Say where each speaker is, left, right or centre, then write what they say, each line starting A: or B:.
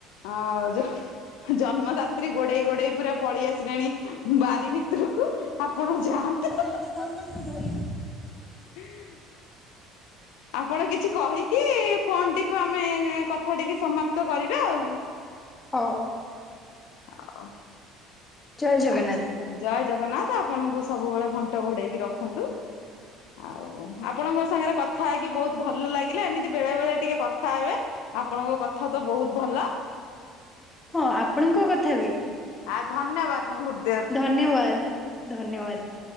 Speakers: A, on the left (about 70°); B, on the left (about 20°).
A: ଅ ଯୋଉ ଜନ୍ମଦାତ୍ରୀ ଗୋଡେଇ ଗୋଡେଇ ପୁରା ପଳେଇ ଆସିଲାଣି ବାରି ଭିତରକୁ। ଆପଣ ଯାଆନ୍ତୁ।
B: ସେ ଦଉନା ମୁଁ ଧରିବି।
A: <inaudible> ଆପଣ କିଛି କହିକି ଫୋନ ଟିକୁ ଆମେ କଥା ଟିକେ ସମାପ୍ତ କରିବା ଆଉ।
B: ହଉ।
A: ଆଉ।
B: ଜୟ ଜଗନ୍ନାଥ।
A: ଆଚ୍ଛା ଜୟ ଜଗନ୍ନାଥ, ଆପଣଙ୍କୁ ସବୁବେଳେ ଘଣ୍ଟ ଘୋଡେଇକି ରଖନ୍ତୁ। ଆଉ ଆପଣଙ୍କ ସାଙ୍ଗରେ କଥା ହେଇକି ବହୁତ ଭଲ ଲାଗିଲା। ଏମିତି ବେଳେ ବେଳେ ଟିକେ କଥା ହେବେ। ଆପଣଙ୍କ କଥା ତ ବହୁତ ଭଲ।
B: ହଁ ଆପଣଙ୍କ କଥା ବି?
A: ଆ ଧନ୍ୟବାଦ ମୁହୁନ
B: ଧନ୍ୟବାଦ ଧନ୍ୟବାଦ,